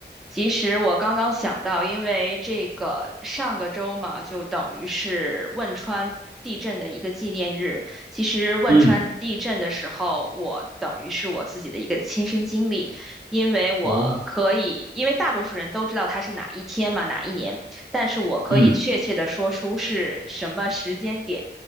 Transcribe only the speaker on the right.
嗯，
哦，
嗯